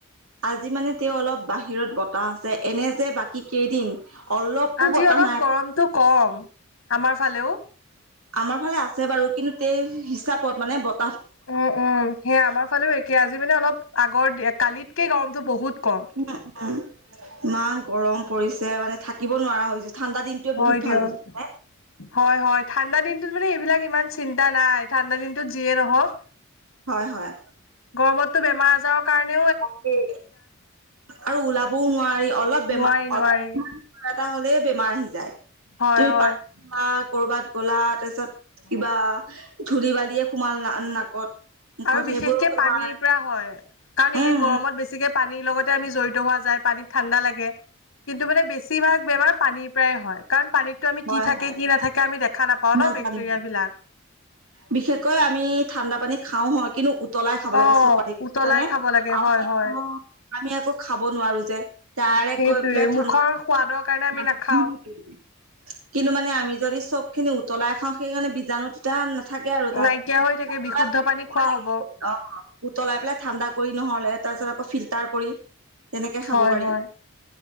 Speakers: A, on the right; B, on the left.
A: আজি মানে তেওঁ অলপ বাহিৰত ব বতাহ আছে এনে যে বাকী কেইদিন অলপো
B: আজি
A: বতাহ
B: অলপ
A: নাই
B: গৰমটো কম আমাৰ ফালেও
A: আমাৰ ফালে আছে বাৰু কিন্তু তে হিচাপত মানে ব
B: উম উম সেয়া আমাৰ ফালেও একে আজি মানে অলপ আগৰ কালিতকে গৰমটো বহুত কম।
A: উম উম ইমান গৰম পৰিছে মানে থাকিব নোৱাৰা হৈছো ঠাণ্ডা দিনটোৱে
B: হয়
A: বহুত ভাল
B: দিয়ক
A: বুজি পাই।
B: হয় হয় ঠাণ্ডা দিনটোত মানে এইবিলাক ইমান চিন্তা নাই ঠাণ্ডা দিনটোত যিয়ে নহওক
A: হয় হয়
B: গৰমতটো বেমাৰ আজাৰৰ কাৰণে
A: তাকেই আৰু ওলাবও নোৱাৰি অলপ বেমাৰ
B: নোৱাৰি
A: অলপ
B: নোৱাৰি
A: কিবা এটা হ'লেই বেমাৰ আহি যায় <unintelligible>
B: হয় হয়।
A: কৰ'বাত গ'লা তাৰপিছত কিবা ধূলি বালিয়ে সোমাল না নাকত মুখত
B: আৰু বিশেষকে
A: সেইবোৰো বেমাৰ
B: পানীৰ পৰা হয় কাৰণ
A: উম
B: এই গৰমত
A: উম
B: বেছিকে পানীৰ লগতে আমি জড়িত হোৱা যাৰ পানীত ঠাণ্ডা লাগে কিন্তু মানে বেছিভাগ বেমাৰ পানীৰ পৰাই হয় কাৰণ পানীতো আমি
A: হয়
B: কি থাকে
A: হয়
B: কি নাথাকে আমি দেখা নাপাওঁ
A: নাজানো
B: ন বেক্টেৰিয়া বিলাক
A: বিশেষকৈ আমি ঠাণ্ডা পানী খাওঁ হয় কিন্তু উতলাই খাব লাগে
B: অ'।
A: চব পানী বুজিচানে
B: উতলাই খাব লাগে
A: আমি
B: হয়
A: আক
B: হয়
A: আমি আক খাব নোৱাৰো যে ডাৰেক
B: সেইটোয়ে
A: গৈ পেলাই ঠান
B: মুখৰ সোৱাদৰ কাৰণে
A: <unintelligible>
B: আমি নাখাওঁ।
A: কিন্তু মানে আমি যদি চব খিনি উতলাই খাওঁ, সেইকাৰণে বীজাণু তেতিয়া নাথাকে আৰু তাত।
B: নাইকিয়া হৈ থাকে
A: উ <unintelligible>
B: বিশুদ্ধ পানী
A: মানে
B: খোৱা হ'ব
A: অ উতলাই পেলাই ঠাণ্ডা কৰি নহলে তাৰপিছত আকৌ ফিল্টাৰ কৰি তেনেকে খাব
B: হয়
A: পাৰি
B: হয়।